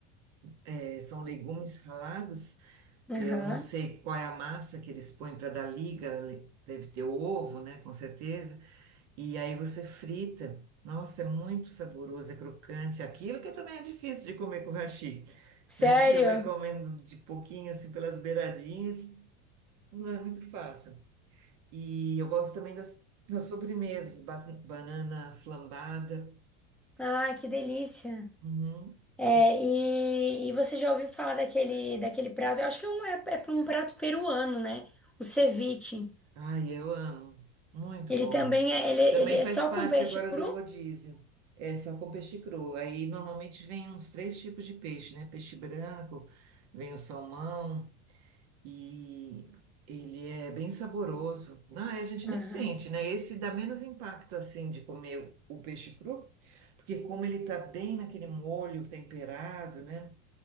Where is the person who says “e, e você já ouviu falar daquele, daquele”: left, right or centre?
Centre